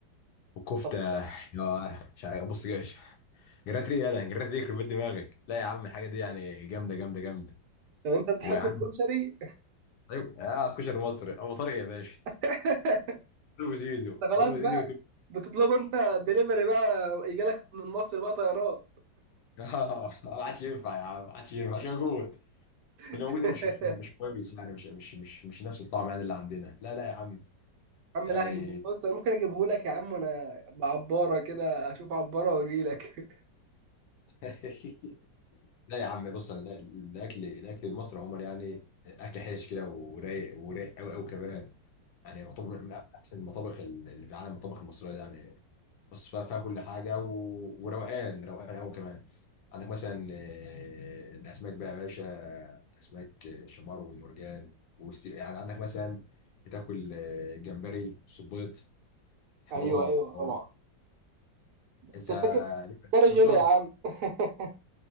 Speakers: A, on the left; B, on the right.
A: والكفته
B: طب
A: <laughs> يا مش عارف- بص يا باشا جرات ريق يلا جرات ريق يخرب بيت دماغك لا يا عم الحاجه دي يعني جامده جامده جامده
B: طب انت بتحب
A: ويا عم
B: الكشري؟
A: ايوه اه كشري مصري ابو طارق يا باشا
B: <laughs>
A: ابو زيزو
B: بس
A: ابو
B: خلاص
A: طارق
B: بقى
A: زيزو
B: بتطلبه انت دليفري بقى يجيلك من مصر بقى طيران
A: <laughs> اه ما عادش ينفع يا عم ما عادش ينفع ما عادش موجود
B: <laughs>
A: واللي موجود ده مش مش مش كويس يعني مش مش مش مش نفس الطعم يعني اللي عندنا لا لا يا عم
B: يا عم
A: يعني
B: لا هجيبه بص انا ممكن اجيبه لك يا عم وانا بعبارة كده اشوف عبارة واجي لك <laughs>
A: <laughs> لا يا عم بص انا الاكل الاكل المصري عموما يعني اكل حرش كده ورايق ورايق قوي قوي كمان يعني مطابخ من احسن المطابخ اللي في العالم المطابخ المصريه دي يعني بص فيها فيها كل حاجه و... وروقان روقان قوي كمان عندك مثلا آه، الاسماك بقى يا باشا اسماك شمار والمرجان والس... يعني عندك مثلا بتاكل آه، جمبري صبيط حوارات
B: ايوه ايوه طبعا
A: حوارات
B: بس
A: انت
B: الفكرة
A: ليك في
B: الجمبري
A: الأسماك اصلا
B: غلي يا عم <laughs>